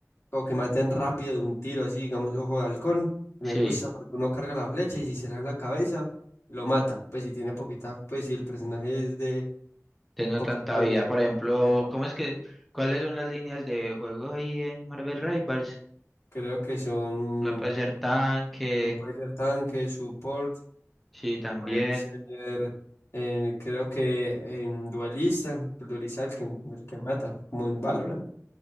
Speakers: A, on the left; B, in the centre.
A: O que maten rápido de un tiro, así, digamos, ojo de halcón. Me
B: Sí,
A: gusta porque uno carga la flecha y si se le da en la cabeza, lo mata. Pues si tiene poquita, pues si el personaje es de
B: de no
A: poquita
B: tanta vida.
A: vida.
B: Por ejemplo,
A: Epa.
B: ¿cómo es que, cuáles son las líneas de juego ahí en Marvel Rivals?
A: Creo que son,
B: No puede ser tanque,
A: no puede ser tanque, support,
B: sí, también.
A: puede ser, eh, creo que en duelista, el duelista el que, el que mata, como en Valorant.